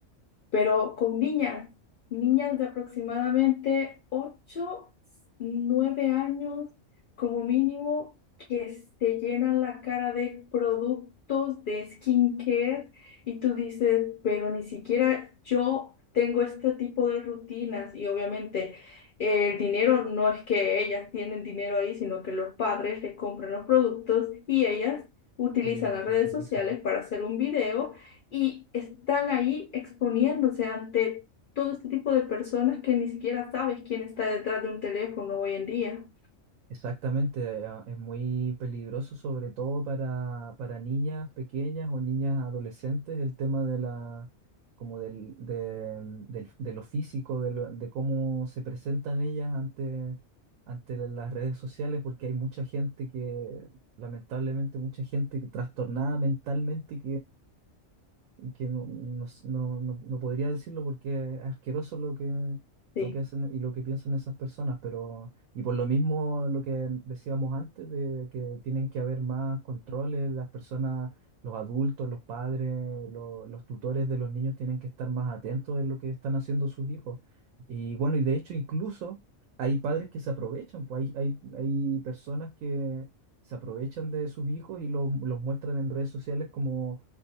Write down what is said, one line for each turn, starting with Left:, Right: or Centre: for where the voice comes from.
Left: pero con niñas, niñas de aproximadamente 8, 9 años como mínimo, que se llenan la cara de productos de skincare y tú dices, pero ni siquiera yo tengo este tipo de rutinas y obviamente... eh, El dinero no es que ellas tienen dinero ahí, sino que los padres le compran los productos y ellas utilizan
Right: Sí,
Left: las
Right: utilizan.
Left: redes sociales para hacer un video y están ahí exponiéndose ante todo este tipo de personas que ni siquiera sabes quién está detrás de un teléfono hoy en día.
Right: Exactamente, a- es muy peligroso, sobre todo para, para niñas pequeñas o niñas adolescentes, el tema de la, como del, de, mm, del- de lo físico, de, lo- de cómo se presentan ellas ante, ante las redes sociales, porque hay mucha gente que, lamentablemente, mucha gente que trastornada mentalmente que no, no, s- no, no- no podría decirlo porque es asqueroso lo que,
Left: Sí.
Right: lo que hacen y lo que piensan esas personas, pero, y por lo mismo lo que decíamos antes, de que tienen que haber más controles, las personas, los adultos, los padres, lo- los tutores de los niños tienen que estar más atentos en lo que están haciendo sus hijos. Y bueno, y de hecho incluso hay padres que se aprovechan, pues hay, hay, hay personas que se aprovechan de sus hijos y los, los muestran en redes sociales como